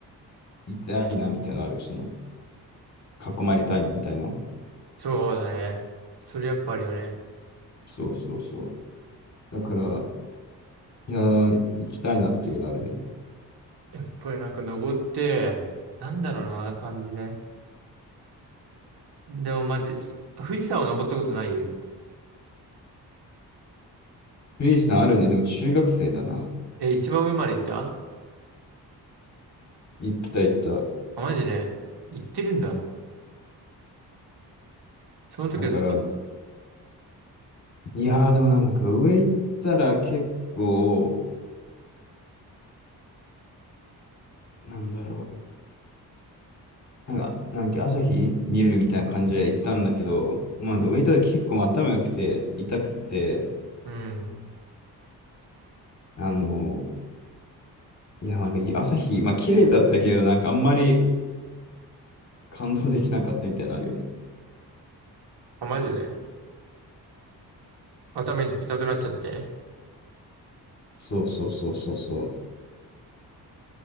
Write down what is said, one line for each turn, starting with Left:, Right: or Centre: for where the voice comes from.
Left: いたいなみたいなのある。その、囲まれたいみたいな。
Right: そうだね。それやっぱあるよね。
Left: そうそうそう。だから、いやー、行きたいなっていうのあるね。
Right: やっぱりなんか登って、なんだろうな、感じね。でもまず、富士山を登ったことない
Left: ミリーさんあるね。でも中学生だな。
Right: え、一番上まで行った
Left: 行った行った。
Right: あ、マジで行ってるんだ。その時はう
Left: だから、いやー、でもなんか上行ったら結構、なんだろう。なんか、なんか朝日見るみたいな感じで行ったんだけど、まあ、上行ったら結構頭良くて、痛くて、
Right: うん。
Left: あの、いや、なんか朝日、まあ綺麗だったけど、なんかあんまり、感動できなかったみたいなのあるよね。
Right: あ、マジで頭痛くなっちゃって。
Left: そうそうそうそうそう。